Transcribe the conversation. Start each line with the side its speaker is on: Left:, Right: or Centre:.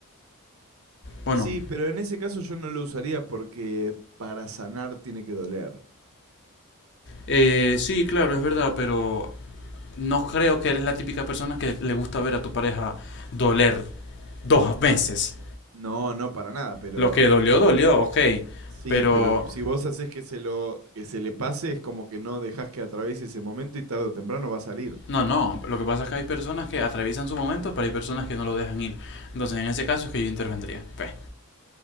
Left: Bueno,
Right: Sí, pero en ese caso yo no lo usaría porque para sanar tiene que doler.
Left: eh, sí, claro, es verdad, pero no creo que eres la típica persona que le gusta ver a tu pareja doler dos veces.
Right: No, no para nada, pero
Left: Lo que dolió, dolió, ok.
Right: Sí,
Left: Pero
Right: pero si vos haces que se lo, que se le pase, es como que no dejás que atraviese ese momento y tarde o temprano va a salir.
Left: no, no. Lo que pasa es que hay personas que atraviesan su momento, pero hay personas que no lo dejan ir. Entonces, en ese caso es que yo intervendría. Ve.